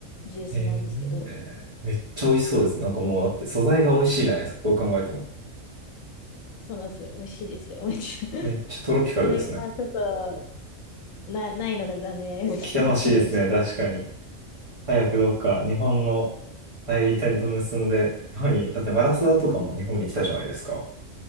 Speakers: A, on the left; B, on the right.
A: ジュースなんですけど、
B: えー、めっちゃ美味しそうです。なんかもうだって素材が美味しいじゃないですか。どう考えても。
A: そうなんですよ。美味しいですよ。<laughs>
B: めっちゃトロピカルですね。
A: それがちょっとな、ないのが残念
B: 来てほしいですね。
A: <laughs> な感じ
B: 確かに。早くどっか日本の代理店と結んで、日本に、だってマラサダとかも日本に来たじゃないですか。